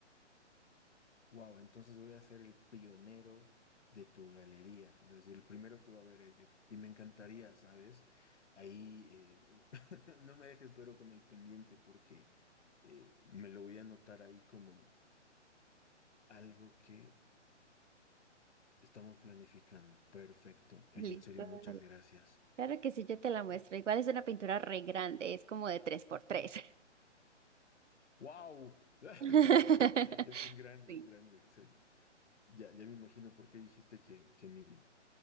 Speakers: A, on the left; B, on the right.
A: Wow, entonces voy a ser el pionero de tu galería, es decir, el primero que va a ver ello. Y me encantaría, ¿sabes? Ahí eh, <laughs> no me dejes pero con el pendiente porque eh, me lo voy a anotar ahí como algo que estamos planificando. Perfecto.
B: Listo.
A: Oye, en serio, muchas
B: Claro
A: gracias.
B: claro que sí, yo te la muestro. Igual es una pintura re grande, es como de tres por tres
A: ¡Wow! <laughs>
B: <laughs>
A: Es, es grande,
B: Sí.
A: es grande. O sea, ya, ya me imagino por qué dijiste que, que mi